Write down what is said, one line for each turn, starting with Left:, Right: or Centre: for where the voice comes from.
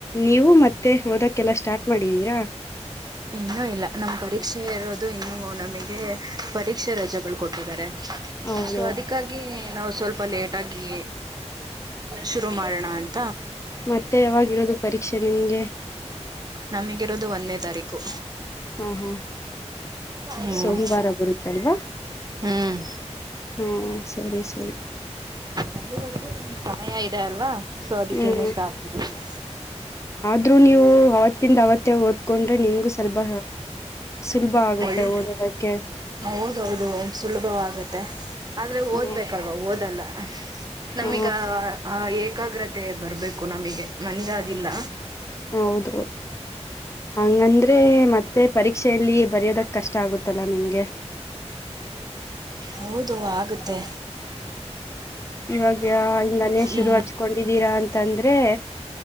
Left: ನೀವು ಮತ್ತೆ ಓದಕ್ಕೆಲ್ಲ ಸ್ಟಾರ್ಟ್ ಮಾಡಿದೀರಾ
Right: ಇನ್ನುೂ ಇಲ್ಲ ನಮ ಪರೀಕ್ಷೆ ಇರೋದು ಇನ್ನುೂ ನಮಗೆ ಪರೀಕ್ಷೆ ರಜೆಗಳು ಕೊಟ್ಟಿದ್ದಾರೆ
Left: ಹೌದು
Right: ಸೊ ಅದಕ್ಕಾಗಿ ನಾವು ಸ್ವಲ್ಪ ಲೇಟಗಿ ಶುರು ಮಾಡೋಣ ಅ
Left: ಮತ್ತೆ ಆವಾಗಿರೋದು ಪರೀಕ್ಷೆ ನಿಮ್ಗೆ
Right: ನಮಗಿರೋದು ಒಂದೇ ತಾರೀಕು
Left: ಹಾ ಹಾ
Right: ಹ್ಮ್
Left: ಸೋಮವಾರ ಬರುತ್ತಲ್ವಾ
Right: ಹ್ಮ್
Left: ಹಾ ಸರಿ ಸರಿ
Right: ಅಲ್ಲಿವರೆಗೂ ನಮ್ಗ್ ಸಮಯ ಇದೆ ಅಲ್ವಾ ಸ್ವಾಧೂ
Left: ಹ್ಮ್
Right: ಸ್ಟಾರ್ಟ ಮಾಡಲ್ಲ
Left: ಆದ್ರು ನೀವು ಅವತ್ತಿಂದ ಅವತ್ತೇ ಓದ್ಕೊಂಡ್ರೆ ನಿಮ್ಗು ಸ್ವಲ್ಪ ಸುಲಭ ಆಗುತ್ತೆ
Right: ಒಳ್ಳ
Left: ಓದೋದಕ್ಕೆ
Right: ಹೌದೌದು ಸುಲಭವಾಗುತ್ತೆ ತ್ತೆ ಆದ್ರೆ
Left: ಹ
Right: ಓದ್ಬೇಕಲ್ವಾ ಓದಲ್ಲ
Left: ಹಾ
Right: ನಮಗ ಏಕಾಗ್ರತೆ ಬರ್ಬೇಕು ನಮಗೆ ನನ್ಗ ಅದಿಲ್ಲ
Left: ಹೌದು ಹಂಗಂದ್ರೆ ಮತ್ತೆ ಪರೀಕ್ಷೆಯಲ್ಲಿ ಬರೋದ ಕಷ್ಟ ಆಗುತ್ತಲ್ಲಾ ನಿಮ್ಗೆ
Right: ಹೌದು ಆಗುತ್ತೆ
Left: ಇವಾಗ ಇಲ್ಲನೇ ಶುರು
Right: ಈ
Left: ಹಚ್ಕೊಂಡಿದ್ದೀರಾ ಅಂತ ಅಂತಂದ್ರೆ